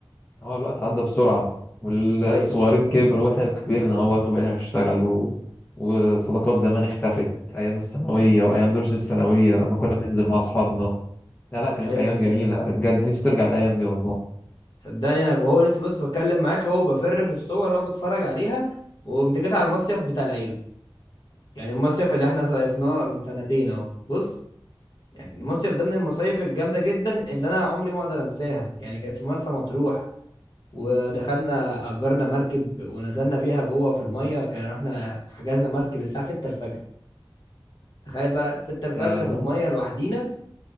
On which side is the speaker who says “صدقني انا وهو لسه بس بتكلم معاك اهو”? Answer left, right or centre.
Left